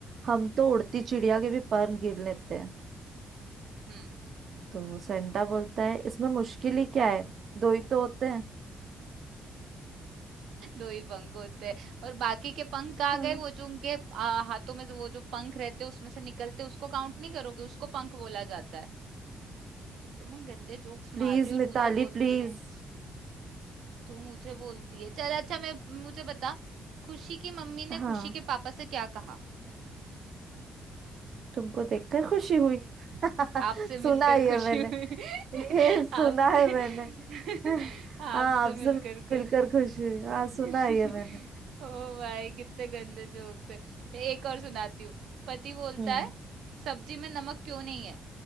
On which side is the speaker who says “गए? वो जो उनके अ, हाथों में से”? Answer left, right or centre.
Right